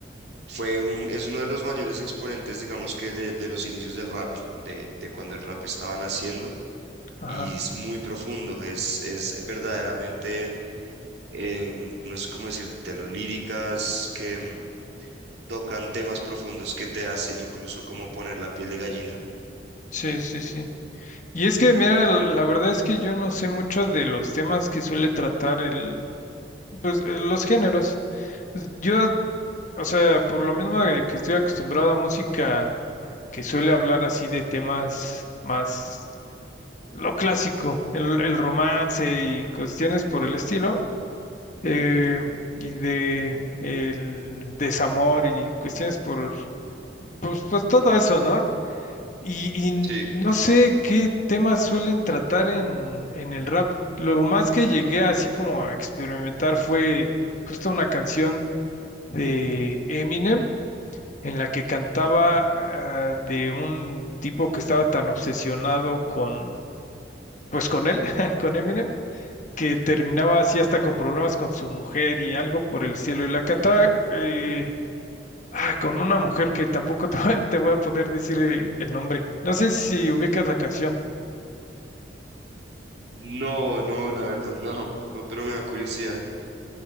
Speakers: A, on the right; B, on the left.
A: fue un, es uno de los mayores exponentes, digamos que de, de los inicios del rap, de, de cuando el rap estaba naciendo.
B: ajá.
A: Y es muy profundo, es, es verdaderamente, em, no sé cómo decírtelo, líricas que em, tocan temas profundos que te hacen incluso como poner la piel de gallina.
B: Sí, sí, sí. Y es que, mira, la, la verdad es que yo no sé mucho de los temas que suele tratar el, pues, eh, los géneros. Pues, Yo O sea, por lo mismo de que estoy acostumbrado a música que suele hablar así de temas más lo clásico, el, el romance y cuestiones por el estilo, eh, y de el desamor y cuestiones por, pues, pues todo eso, ¿no? Y, y
A: Sí,
B: no sé qué temas suelen tratar en, en el rap. Lo más que llegué así como a experimentar fue justo una canción de Eminem en la que cantaba ah, de un tipo que estaba tan obsesionado con, pues con él, <laughs> con Eminem, que terminaba así hasta con problemas con su mujer y algo por el cielo. Y la cantaba eh, ah, con una mujer que tampoco <laughs> te, voy a te voy a poder decir eh, el nombre. No sé si ubicas la canción.
A: no, no, la verdad, no, no, pero me da curiosidad.